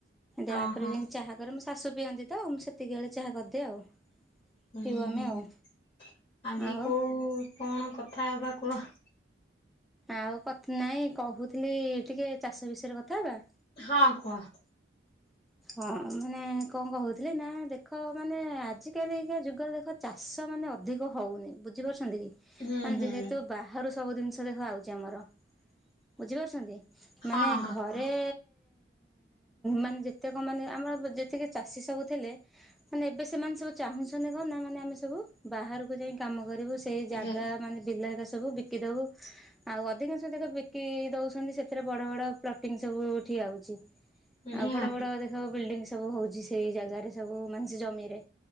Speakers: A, on the left; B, in the centre.
A: ହଁ
B: ତାପରେ
A: ହଁ
B: ଯାଇକି ଚାହା କରେ ମୋ ଶାଶୁ ପିଅନ୍ତି, ତ ମୁଁ ସେତିକି ବେଳେ ଚାହା କରିଦିଏ ଆଉ
A: ହୁଁ
B: ପିଉ ଆମେ
A: ହୁଁ
B: ଆଉ
A: ଆଜି
B: ଆଉ
A: କୋଉ କଣ କଥା ହବା କୁହ।
B: ଆଉ ନାଇଁ କହୁଥିଲି ଟିକେ ଚାଷ ବିଷୟରେ କଥା ହେବା?
A: ହଁ କୁହ।
B: ହଁ ମାନେ କଣ କହୁଥିଲି ନା ଦେଖ ମାନେ ଆଜିକାଲିକା ଯୁଗରେ ଦେଖ ଚାଷ ମାନେ ଅଧିକ ହଉନି ବୁଝିପାରୁଛ।
A: ହୁଁ
B: ମାନେ
A: ହୁଁ
B: ଯେହେତୁ ବାହାରୁ ସବୁ ଜିନିଷ ଦେଖ ଆଉଛି ଆମର ବୁଝିପାରୁଛନ୍ତି
A: ହଁ
B: ମାନେ
A: ହଁ
B: ଘରେ
A: କୁହ।
B: ମାନେ ଯେ ପ୍ରତ୍ୟେକ ମାନେ ଆମର ଯେତିକି ଚାଷୀ ସବୁ ଥିଲେ, ମାନେ ଏବେ ସେମାନେ ସବୁ ଚାହୁଁଛନ୍ତି କଣ ନା ମାନେ ଆମେ ସବୁ ବାହାରକୁ ଯାଇ କାମ କରିବୁ ସେଇ ଜାଗା
A: ଯେ
B: ମାନେ ବିଲ ଏଡ଼ା ସବୁ ଦବୁ ବିକି ଦବୁ ଆଉ ଅଧିକାଂଶ ଦେଖ ବିକି ଦଉଛନ୍ତି, ସେଥିରେ ବଡ଼ ବଡ଼ ପ୍ଳଟିଙ୍ଗ ସବୁ ଠି କିଏ ଆଉଚି।
A: <unintelligible>
B: ବଡ଼ ବଡ଼ ଦେଖ ବିଲ୍ଡିଙ୍ଗଂ ସବୁ ହଉଛି ସେଇ ଜାଗାରେ ସବୁ ମାନେ ସେ ଜମିରେ,